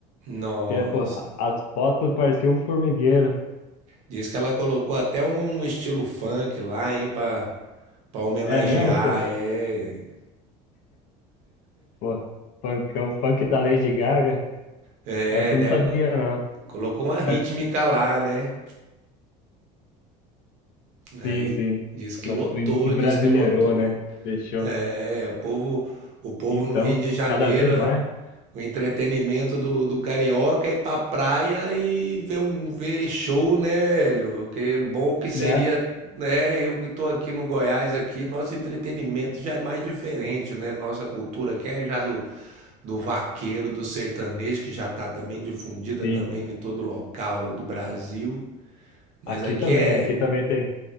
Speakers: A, on the right (about 50°); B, on the left (about 65°).
A: Nossa,
B: Que é, pô, as fotos pareciam um formigueiro.
A: Diz que ela colocou até um estilo funk lá, hein, pra, pra homenagear,
B: É mesmo, pô?
A: é,
B: Pô, funkão, funk da Lady Gaga.
A: é,
B: Essa eu
A: né?
B: não sabia,
A: co-
B: não.
A: Colocou uma rítmica
B: Mas
A: lá, né? Aí
B: sim, sim.
A: diz que
B: Ba-
A: lotou,
B: em- Embrasileirou,
A: diz que lotou.
B: né? Deixou.
A: É, o povo, o povo
B: Então,
A: no Rio de Janeiro,
B: cada vez
A: é,
B: mais,
A: o entretenimento do, do carioca é ir pra praia e ver um ver show, né, velho? Que bom que seria,
B: né?
A: né? Eu que tô aqui no Goiás aqui, nosso entretenimento já é mais diferente, né? Nossa cultura aqui é já do do vaqueiro, do sertanejo, que já está também difundida
B: Sim.
A: também em todo local do Brasil. Mas
B: Aqui
A: aqui
B: também,
A: é
B: aqui também tem,